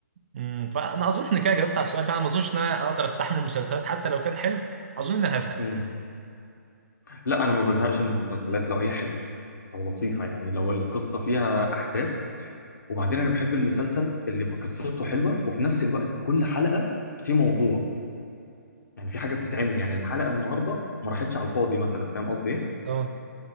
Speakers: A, on the right; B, on the left.
A: امم فانا اظن ان كده جاوبت على السؤال فانا ما اظنش ان انا اقدر استحمل المسلسلات حتى لو كان حلو اظن ان انا هزهق
B: امم لا انا ما بزهقش من المسلسلات لو هي حلوة لو لطيفة يعني لو القصة فيها احداث وبعدين انا بحب المسلسل اللي يبقى قصته حلوة وفي نفس الوقت كل حلقة في موضوع يعني في حاجة بتتعمل يعني الحلقة النهاردة ما راحتش على الفاضي مثلا فاهم قصدي ايه
A: اه